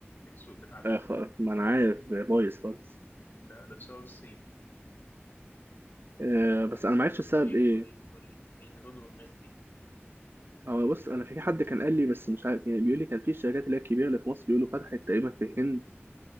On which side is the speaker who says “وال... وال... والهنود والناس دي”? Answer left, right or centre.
Left